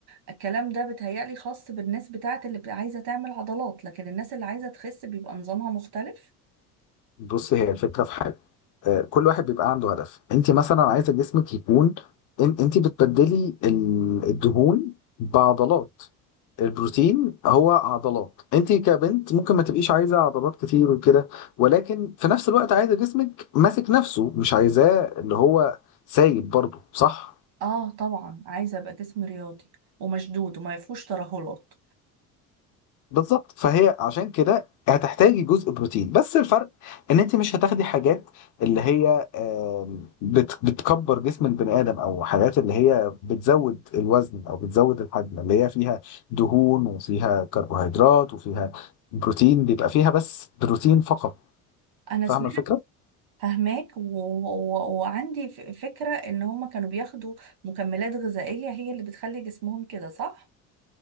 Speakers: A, on the right (about 65°); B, on the left (about 45°).
A: الكلام ده بيتهيألي خاص بالناس بتاعت اللي بتبقى عايزة تعمل عضلات لكن الناس اللي عايزة تخس بيبقى نظامها مختلف
B: بص هي الفكرة في حاجة آه، كل واحد بيبقى عنده هدف انت مثلا عايزة جسمك يكون ان- انت بتبدلي ال- الدهون بعضلات البروتين هو عضلات انت كبنت ممكن ما تبقيش عايزة عضلات كتير وكده ولكن في نفس الوقت عايزة جسمك ماسك نفسه مش عايزاه اللي هو سايب برضه صح
A: اه طبعا عايزة ابقى جسم رياضي ومشدود وما فيهوش ترهلات
B: بالظبط فهي عشان كده هتحتاجي جزء بروتين بس الفرق ان انت مش هتاخدي حاجات اللي هي آم، بت- بتكبر جسم البني ادم او حاجات اللي هي بتزود الوزن او بتزود الحجم اللي هي فيها دهون وفيها كربوهيدرات وفيها بروتين بيبقى فيها بس بروتين فقط
A: انا
B: فاهمه
A: سمعت
B: الفكره؟
A: فهماك و... و... وعندي ف- فكرة ان هم كانوا بياخدوا مكملات غذائية هي اللي بتخلي جسمهم كده صح